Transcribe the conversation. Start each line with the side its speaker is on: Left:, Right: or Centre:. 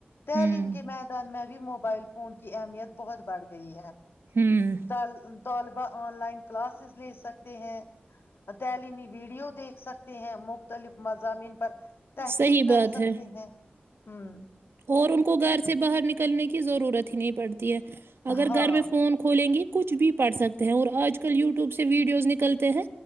Left: تعلیم
Right: ہوں
Left: کے میدان میں بھی موبائل فون کی اہمیت بہت بڑھ گئی ہے
Right: ہوں
Left: ال طالبہ آن لائن لے سکتے ہیں تعلیمی ویڈیو دیکھ سکتے ہیں مختلف م زمین پر تحقیق
Right: صحیح
Left: کر
Right: بات
Left: سکتے
Right: ہے
Left: ہیں ہوں
Right: اور ان کو گھر سے باہر نکلنے کی ضرورت ہے نہیں پڑتی ہے اگر
Left: ہاں
Right: گھر میں فون کھولیں گی تو کچھ بھی پڑھ سکتے ہیں اور آج کل یوٹیوب سے ویڈیوز نکلتے ہیں